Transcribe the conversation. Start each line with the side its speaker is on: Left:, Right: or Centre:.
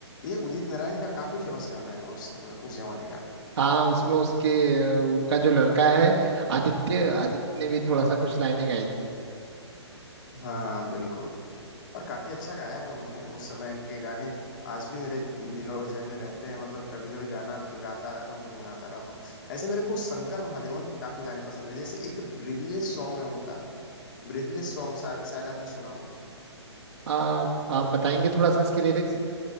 Left: ये उदित नारायण का काफी फेमस गाना है उस उस जमाने का
Right: हाँ उसमें उसके अ, उनका जो लड़का है आदित्य आदित्य ने भी थोड़ा सा कुछ लाइनें गाई थी
Left: हाँ बिल्कुल और काफी अच्छा गाया है उन्होंने उस समय के गाने आज भी मेरे दिल और जहन में रहते हैं मतलब कभी कभी गाना गाता रहता हूँ गुनगुनाता रहता हूँ ऐसे मेरे को शंकर महादेवन के काफी गाने पसंद है जैसे एक ब्रीदलेस सॉन्ग है उनका ब्रीदलेस सॉन्ग शायद आपने सुना हो
Right: आप आप बताएंगे थोड़ा सा इसके लिरिक्स